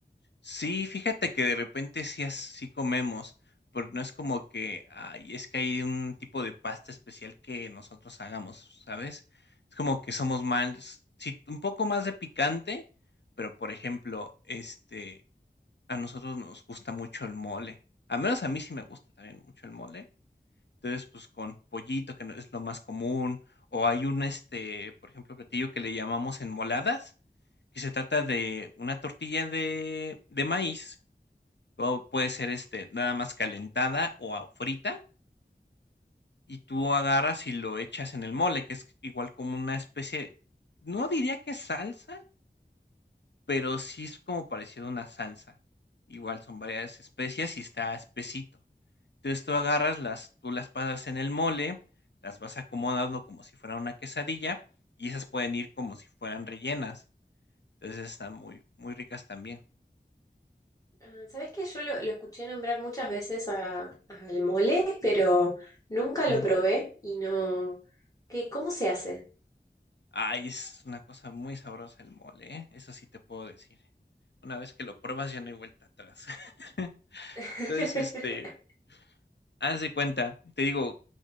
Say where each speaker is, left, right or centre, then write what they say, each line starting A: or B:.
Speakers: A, on the left; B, on the left.
A: Sí, fíjate que de repente sí, as- sí comemos, pero no es como que, ay, es que hay un tipo de pasta especial que nosotros hagamos, ¿sabes? Es como que somos más, sí, un poco más de picante, pero por ejemplo, este, A nosotros nos gusta mucho el mole. Al menos a mí sí me gusta también mucho el mole. Entonces, pues, con pollito, que no es lo más común, o hay un, este, por ejemplo, platillo que le llamamos enmoladas, que se trata de una tortilla de, de maíz, o puede ser, este, nada más calentada o a- frita, y tú agarras y lo echas en el mole, que es igual como una especie, no diría que salsa, pero sí es como parecido a una salsa. Igual son varias especias y está espesito. Entonces tú agarras las, tú las pasas en el mole, las vas acomodando como si fuera una quesadilla y esas pueden ir como si fueran rellenas. Entonces están muy, muy ricas también.
B: Ah, ¿sabés que yo lo, lo escuché nombrar muchas veces a- al mole, pero nunca
A: Ujú.
B: lo probé y no... ¿Qué, cómo se hace?
A: Ay, es una cosa muy sabrosa el mole, ¿eh? Eso sí te puedo decir. Una vez que lo pruebas ya no hay vuelta atrás. <laughs>
B: <laughs>
A: Entonces, este, haz de cuenta, te digo,